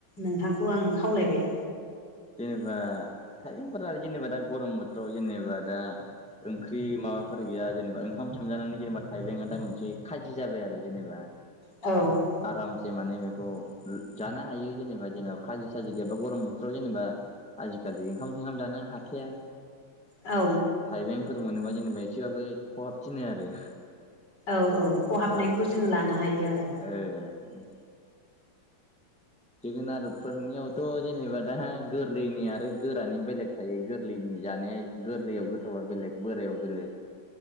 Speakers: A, on the left; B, in the centre.
A: नोंथांखौ आं खावलायबाय
B: जेनेबा थाइबेंफोरा जेनेबा दा गरम बोथोराव जेनेबा दा ओंख्रि बे माबाफोर गैया जेनेबा ओंखाम सोमजानानै जेनेबा थाइबेंआ दा मोनसे खाजि जाबाय आरो जेनेबा
A: औ
B: आरामसे माने बेखौ जानो हायो जेनेबा जेनेबा खाजि साजि गैयाबा गरम बोथोराव जेनेबा आजिखालि ओंखाम संखाम जानो हाखाया
A: औ
B: थाइबेंफोर मोनोबा जेनेबा एसेबाबो खहाब थिनो आरो
A: औ औ खहाबनायखौ
B: गरम बोथोर
A: जोङो लानो हायो आरो
B: ओ जोगोनार बेफोरनियावथ' जेनेबा दा गोरलैनि आरो गोरानि बेलेग थायो गोरलैनि जानाया गोरलैयाव गोथावा बेलेग बोरायाव बेलेग